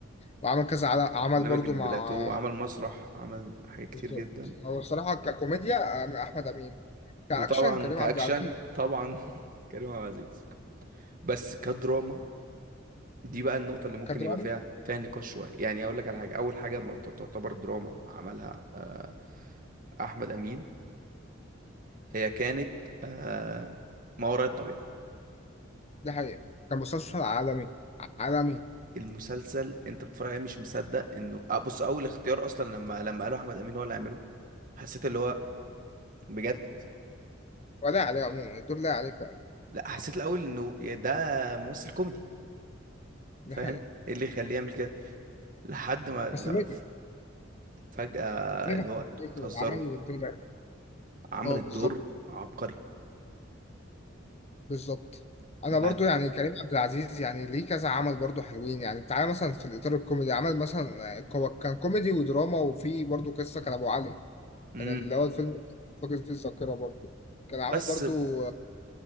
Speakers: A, on the left (about 35°); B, on the right (about 45°).
A: وعمل كذا عل- عمل
B: برنامج
A: برضو
B: البلاتو
A: مع
B: عمل مسرح عمل حاجات كتير
A: بالظبط
B: جدا
A: هو الصراحة ككوميديا اه، احمد امين كاكشن
B: وطبعا
A: كريم
B: كأكشن
A: عبد العزيز
B: طبعا <laughs> كريم عبد العزيز بس كدراما دي بقى النقطة اللي ممكن
A: كدراما
B: يبقى فيها فيها نقاش شوية يعني أقول لك على حاجة أول حاجة ما ت- تعتبر دراما عملها آه، أحمد أمين هي كانت آه، ما وراء الطبيعة
A: ده حقيقي كان مسلسل عالمي عالمي
B: والمسلسل أنت بتتفرج عليه مش مصدق إنه آه، بص أول اختيار أصلا لما لما قالوا أحمد أمين هو اللي هيعمله حسيت اللي هو بجد
A: ولا عليه عموما الدور لا عليه فعلا
B: لا حسيت الأول إنه يا ده ممثل كوميدي
A: ده
B: فاهم
A: حقيقي
B: إيه اللي يخليه يعمل كده لحد ما لا
A: بس نجح
B: فجأة
A: نجح
B: اللي هو
A: في
B: انتوا
A: الفكرة،
B: بتهزروا
A: العمل والدنيا
B: عمل
A: اه
B: الدور
A: بالظبط
B: عبقري
A: بالظبط انا
B: بعد
A: برضو يعني كريم عبد العزيز يعني ليه كذا عمل برضو حلوين يعني تعالى مثلا في الاطار الكوميدي عمل مثلا آه، هو كان كوميدي ودراما وفي برضو قصه كان ابو علي
B: مم.
A: كان اللي هو الفيلم فاقد فيه الذاكره برضو كان عمل
B: بس
A: برضو آه،